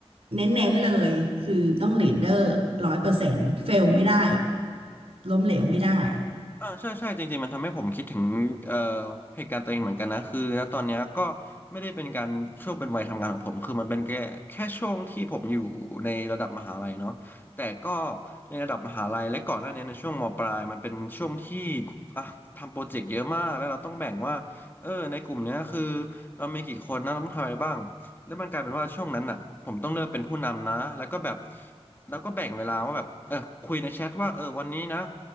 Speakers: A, on the right (about 70°); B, on the left (about 20°).
A: เน้นๆเลยคือต้องลีดเดอร์ร้อยเปอร์เซ็นต์เฟลไม่ได้ล้มเหลวไม่ได้
B: อ่าใช่ใช่จริงๆมันทำให้ผมคิดถึงเอ่อเหตุการณ์ตัวเองเหมือนกันนะคือณตอนเนี้ยก็ไม่ได้เป็นการช่วงเป็นวัยทำงานของผมคือมันเป็นแค่แค่ช่วงที่ผมอยู่ในระดับมหาลัยเนาะแต่ก็ในระดับมหาลัยและก่อนหน้านี้ในช่วงมปลายมันเป็นช่วงที่อ่ะทำโปรเจกต์เยอะมากแล้วเราต้องแบ่งว่าเออในกลุ่มเนี้ยคือเรามีกี่คนนะเราต้องทำอะไรบ้างแล้วมันกลายเป็นว่าช่วงนั้นอ่ะผมต้องเริ่มเป็นผู้นำนะแล้วก็แบบแล้วก็แบ่งเวลาว่าแบบเออคุยในแชทว่าเออวันนี้นะ